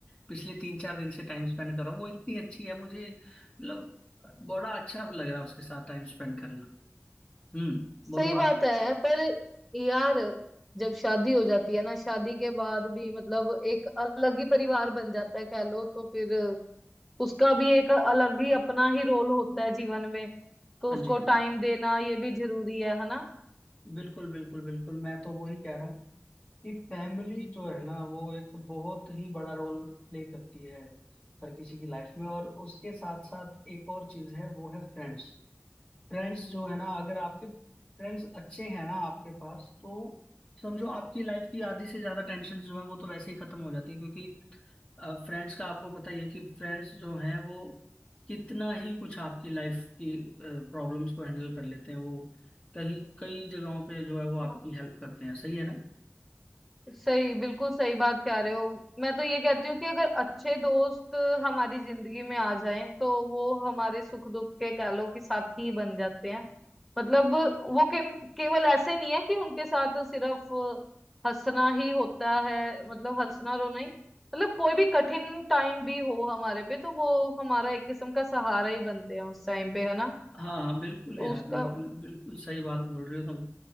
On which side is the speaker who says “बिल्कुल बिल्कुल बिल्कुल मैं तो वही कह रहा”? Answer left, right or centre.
Left